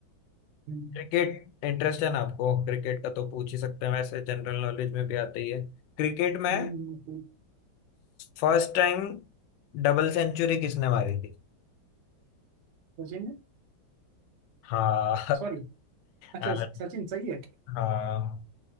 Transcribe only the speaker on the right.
हम्म,
हम्म, हम्म,
सचिन
सॉरी अच्छा
स- सचिन सही है